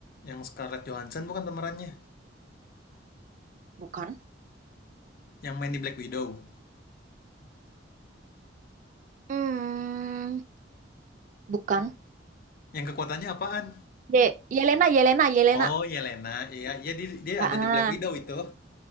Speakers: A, on the left; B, on the right.
A: Yang Scarlett Johansson bukan pemerannya?
B: bukan
A: Yang main di Black Widow?
B: hmm, bukan
A: Yang kekuatannya apaan?
B: Ye Yelena Yelena Yelena
A: Oh, Yelena. Iya, iya dia, dia
B: ah
A: ada
B: ah.
A: di Black Widow itu.